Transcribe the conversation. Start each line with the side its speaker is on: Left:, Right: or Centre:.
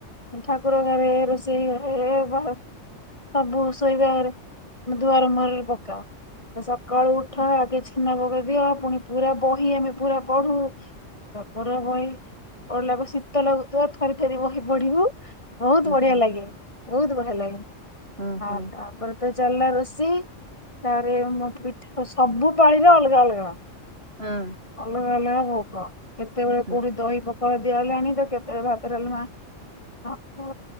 Left: ଠାକୁର ଘରେ ରୋଷେଇ ଘରେ ବା ସବୁ ଶୋଇବା ଘରେେ ଦୁଆର ମୁହଁରେ ପକାଅ। ସକାଳୁ ଉଠ ଆଗେ ଛେନା ପକା ଦିଅ ପୁଣି ପୁରା ବହି ଆମେ ପୁରା ପଢୁ। ତାପରେ ବହି ପଢିଲା ପରେ ଶୀତ ଲାଗୁଥିବ ଥରି ଥରି ବହି ପଢିବୁ। ବୋହୁତ
Right: ହୁଁ
Left: ବଢିଆ
Right: ହୁଁ
Left: ଲାଗେ ବୋହୁତ ବଢିଆ ଲାଗେ
Right: ହୁଁ ହୁଁ
Left: ଆ ତାପରେ ତ ଚାଲିଲା ରୋଶେଇ ତାପରେ ମୋ ପିଠା ସବୁ ପାଣିରେ ଅଲଗା ଅଲଗା
Right: ହଁ।
Left: ଅଲଗା ଅଲଗା ଭୋଗ କେତେବେଳେ
Right: ହୁଁ
Left: କୋଉଠି ଦହି ପଖଡା ଦିଆ ହେଲାଣି ତ କେତେବେଳେ ଭାତ ଡାଲମା ଶାଗ